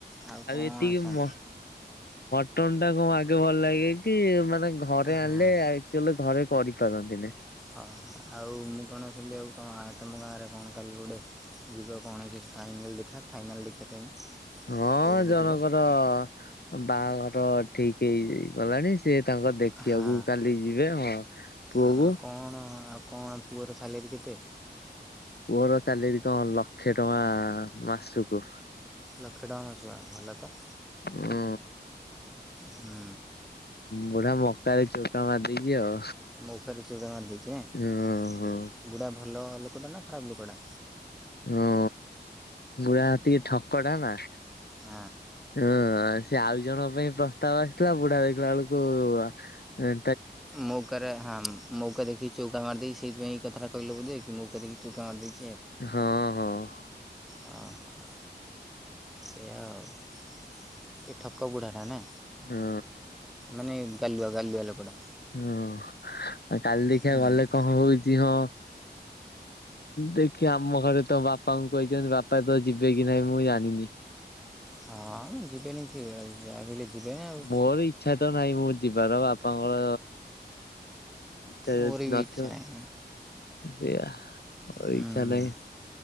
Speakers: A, in the centre; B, on the left.
A: ଆଉ କଣ
B: ଏତିକି
A: ସା
B: ମ ମଟନ ଟା ଆଗେ ଭଲ ଲାଗେ କି ମାନେ ଘରେ
A: ହଁ।
B: ଆଣିଲେ ଆକ୍ଚୁଲି ଘରେ କରିପାରନ୍ତି ନାଇଁ।
A: ଓହୋ ଆଉ ମୁଁ କଣ ଶୁଣିଲି ଆଉ ତମ ଗାଁ ରେ କଣ କାଲି ଗୋଟେ ଯିବା କଣ ହେ ଫାଇନାଲ୍ ଦେଖା ଫାଇନାଲ ଦେଖିବା ପାଇଁ
B: ହଁ
A: କୋଉଠି ଗୋଟେ
B: ଜଣଙ୍କର
A: ଯିବ
B: ବାହାଘର ଠିକ ହେଇଯାଇ ଗଲାଣି। ସିଏ ତାଙ୍କ ଦେଖିବାକୁ
A: ହଁ।
B: କାଲି ଯିବେ ହଁ ପୁଅକୁ
A: ଆଉ କଣ ଆଉ କଣ ପୁଅର ସାଲେରୀ କେତେ?
B: ମୋର ସାଲେରିି କଣ ଲକ୍ଷେ ଟଙ୍କା ମାସକୁ।
A: ଲକ୍ଷେ ଟଙ୍କା ମାସକୁ ଆଉ ଭଲ ତ।
B: ଉଁ
A: ହୁଁ।
B: ବୁଢା ମକାରେ ଚଉକା ମାରିଦେଇଛି ଆଉ।
A: ମଉକାରେ ଚଉକା ମାରି ଦେଇଛି ଏଁ
B: ହଁ ହଁ
A: ବୁଢ଼ା ଭଲ ଲୋକଟା ନା ଖରାପ ଲୋକଟା?
B: ହଁ ବୁଢା ଟିକେ ଠକ ଟା ନା
A: ହୁଁ।
B: ହଁ ସେ ଆଉ ଜଣଙ୍କ ପାଇଁ ପ୍ରସ୍ତାବ ଆସିଥିଲା ବୁଢା ଦେଖିଲା ବେଳକୁ ଏ
A: ମଉକା ରେ ହାମ ମଉକା ଦେଖି କି ଚୌକା ମାରି ଦେଇଛି ସେଥିପାଇଁ ଏଇ କଥା ଟା କହିଲ ବୋଲି କି ମଉକା ଦେଖି ଚଉକା ମାରି ଦେଇଛି।
B: ହଁ, ହଁ।
A: ଓହୋ ସେଇଆ ଆଉ ଟିକେ ଠକ ବୁଢ଼ାଟା ନା?
B: ହଁ
A: ମାନେ ଗାଲୁଆ ଗାଲୁଆ ଲୋକଟା।
B: ହଁ ଆ କାଲି ଦେଖିବା
A: ହୁଁ
B: ଗଲେ କଣ ହଉଛି ହଁ। ଦେଖିଆ ଆମ ଘରେ ତ ବାପାଙ୍କୁ କହିଛନ୍ତି ବାପା ତ ଯିବେ କି ନାହିଁ ମୁଁ ଜାଣିନି। <inaudible>
A: ହଁ ଯିବେନି କିଏ କହିଲା ଯାହା ବି ହେଲେ ଯିବେନି ଆଉ
B: ମୋର ଇଚ୍ଛା ତ ନାହିଁ ମ ଯିବାର ବାପାଙ୍କର ସେ
A: ମୋର
B: ଯଦି
A: ବି
B: ନଥିବ।
A: ଇଚ୍ଛା ନାହିଁ
B: ସେଇଆ ମୋର
A: ହୁଁ
B: ଇଚ୍ଛା ନାହିଁ।